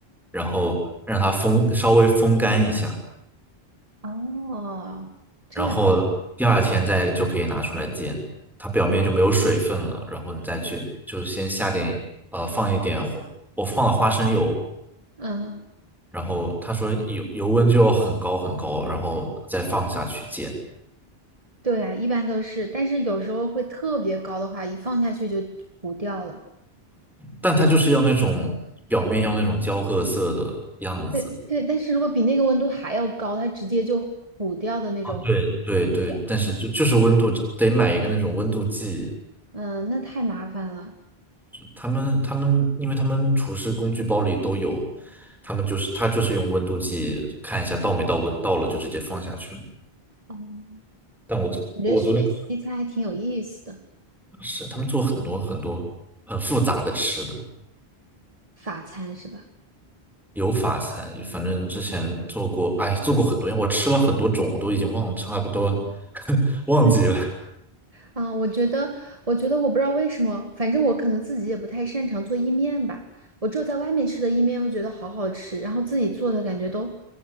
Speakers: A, in the centre; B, on the right (about 35°).
A: 然后让它风，稍微风干一下。
B: 哦，这样，
A: 然后第二天再就可以拿出来煎，它表面就没有水分了。然后你再去，就先下点呃放一点花我放了花生油，
B: 嗯，
A: 然后他说油油温就要很高很高，然后再放下去煎，
B: 对呀，一般都是，但是有时候会特别高的话，一放下去就糊掉了。
A: 但它就是要那种表面要那种焦褐色的样子。
B: 对对，但是如果比那个温度还要高，它直接就糊掉的那种糊
A: 啊，对对对，
B: 掉
A: 但是就就是温度得买一个那种温度计，
B: 嗯，那太麻烦了。
A: 他们他们，因为他们厨师工具包里都有，他们就是他就是用温度计看一下到没到温，到了就直接放下去了。
B: 嗯
A: 但我昨我昨天
B: 我觉得学西餐还挺有意思的，
A: 是他们做很多很多很复杂的吃的，
B: 法餐是吧？
A: 有法餐，反正之前做过，哎，做过很多样，我吃了很多种，我都已经忘差不多 <laughs> 忘记了。
B: 嗯，啊，我觉得，我觉得我不知道为什么，反正我可能自己也不太擅长做意面吧。我只有在外面吃的意面会觉得好好吃，然后自己做的感觉都